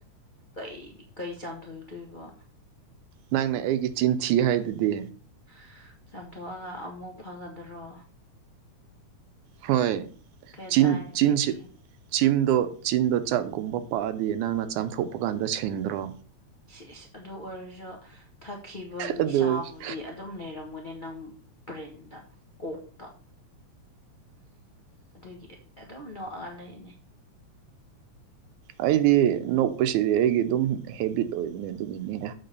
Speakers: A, on the left (about 85°); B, on the right (about 85°).
A: ꯀꯩꯗꯤ ꯀꯩ ꯆꯥꯝꯊꯣꯢꯇꯣꯏꯕ
B: ꯅꯪꯅ ꯑꯩꯒꯤ ꯆꯤꯟ ꯊꯤ ꯍꯥꯏꯗꯨꯗꯤ
A: ꯍ ꯆꯥꯝꯊꯣꯛꯑꯒ ꯑꯃꯨꯛ ꯐꯒꯗ꯭ꯔꯣ
B: ꯍꯣꯏ
A: ꯀꯗꯥꯏꯗꯒꯤ
B: ꯆꯤꯟ ꯆꯤꯟ ꯁꯤ ꯆꯤꯝꯗꯣ ꯆꯤꯟꯗꯣ ꯆꯥꯛꯒꯨꯝꯕ ꯄꯛꯑꯗꯤ ꯅꯪꯅ ꯆꯥꯝꯊꯣꯛꯄꯀꯥꯟꯗ ꯁꯦꯡꯗ꯭ꯔꯣ
A: ꯁꯤꯁ ꯑꯗꯨ ꯑꯣꯏꯔꯁꯨ ꯊꯛꯈꯤꯕ ꯅꯤꯁꯥꯕꯨꯗꯤ
B: ꯑꯗꯨ ꯑꯣꯏꯔꯁꯨ
A: ꯑꯗꯨꯝ ꯂꯩꯔꯝꯒꯅꯤ ꯅꯪ ꯕ꯭ꯔꯦꯟꯗ ꯀꯣꯛꯇ ꯑꯗꯨꯒꯤ ꯑꯗꯨꯝ ꯅꯣꯛꯑꯒ ꯂꯩꯔꯤꯅꯦ
B: ꯑꯩꯗꯤ ꯅꯣꯛꯄꯁꯤꯗꯤ ꯑꯩꯒꯤ ꯑꯗꯨꯝ ꯍꯦꯕꯤꯠ ꯑꯣꯏꯕꯅꯦ ꯑꯗꯨꯒꯤꯅꯤꯗ